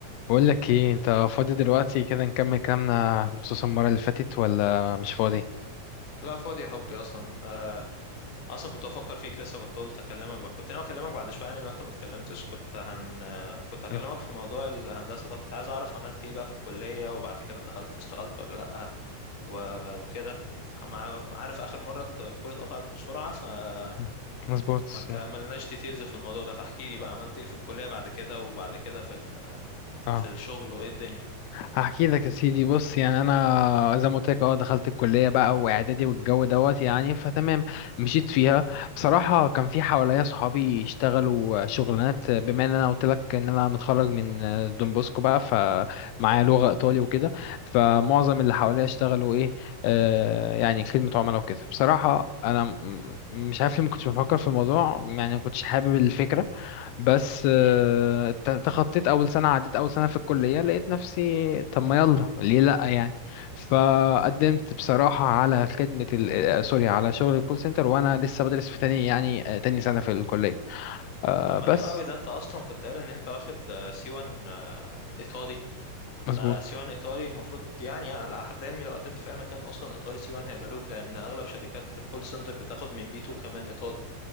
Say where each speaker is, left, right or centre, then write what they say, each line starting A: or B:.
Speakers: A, on the left (about 80°); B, on the left (about 60°).
A: بقول لك ايه انت فاضي دلوقتي كده نكمل كلامنا بخصوص المرة اللي فاتت ولا مش فاضي
B: لا فاضي يا حبي اصلا آه، اصلا كنت بفكر فيك لسه كنت قلت اكلمك بقى كنت ناوي اكلمك بعد شويه يعني لو انت ما اتكلمتش كنت هن آه، كنت هكلمك
A: م-
B: في موضوع الهندسه ده كنت عايز اعرف عملت ايه بقى في الكليه وبعد كده دخلت اشتغلت ولا لا و... وكده مع- عارف اخر مره الكوره اتقطعت بسرعه فما
A: م- مظبوط
B: كملناش
A: مظبوط.
B: ديتيلز في الموضوع ده فاحكي لي بقى عملت ايه في الكليه بعد كده وبعد كده في ال...
A: اه
B: في الشغل وايه الدنيا
A: هحكي لك يا سيدي بص يعني انا زي ما قلت لك اه دخلت الكليه بقى واعدادي والجو دوت يعني فتمام مشيت فيها بصراحه كان في حواليا صحابي يشتغلوا شغلانات بما ان انا قلت لك ان انا متخرج من دون بوسكو بقى فمعايا لغه ايطالي وكده فمعظم اللي حواليا اشتغلوا ايه آه يعني خدمه عملاء وكده بصراحه انا م- مش عارف ليه ما كنتش بفكر في الموضوع يعني ما كنتش حابب الفكره بس آه،
B: مم.
A: ت- تخطيت اول سنه عديت اول سنه في الكليه لقيت نفسي طب ما يلا ليه لا يعني فقدمت بصراحه على خدمه ال... آه، سوري على شغل الكول سنتر وانا لسه بدرس في تاني يعني آه، تاني سنه في الكليه آه،
B: طب ما
A: بس
B: حلو قوي ده انت اصلا كنت قال ان انت واخد سي 1 ايطالي فسي
A: مظبوط
B: 1 ايطالي المفروض يعني على حد علمي لو قدمت في اي مكان اصلا ايطالي سي 1 هيقبلوك لان اغلب شركات الكول سنتر بتاخد من بي 2 كمان ايطالي